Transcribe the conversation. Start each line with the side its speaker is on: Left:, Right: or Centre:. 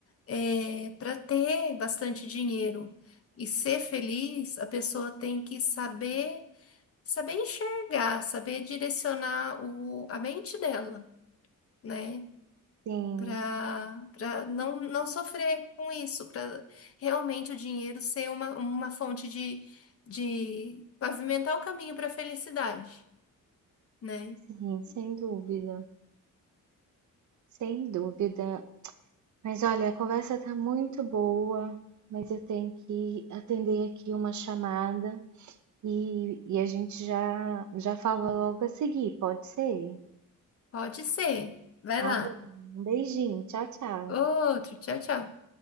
Left: É, para ter bastante dinheiro e ser feliz, a pessoa tem que saber, saber enxergar, saber direcionar o, a mente dela, né?
Right: Sim,
Left: Para para não, não sofrer com isso, para realmente o dinheiro ser uma, uma fonte de, de pavimentar o caminho para a felicidade, né?
Right: sim, sem dúvida. Sem dúvida, Mas olha, a conversa tá muito boa, mas eu tenho que atender aqui uma chamada e, e a gente já já fala logo a seguir, pode ser?
Left: Pode ser. Vai
Right: Tá
Left: lá.
Right: bem. Um beijinho, tchau, tchau.
Left: Outro, tchau, tchau.